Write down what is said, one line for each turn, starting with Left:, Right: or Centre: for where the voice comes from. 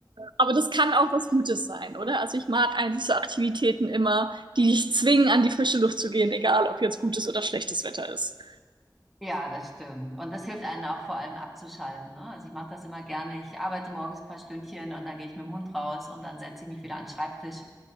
Right: Aber das kann auch was Gutes sein, oder? Also ich mag eigentlich so Aktivitäten immer, die dich zwingen, an die frische Luft zu gehen, egal ob jetzt gutes oder schlechtes Wetter ist.
Centre: Ja, das stimmt. Und das hilft einem auch vor allem abzuschalten. Ne? Also ich mache das immer gerne. Ich arbeite morgens ein paar Stündchen und dann gehe ich mit dem Hund raus und dann setze ich mich wieder an den Schreibtisch.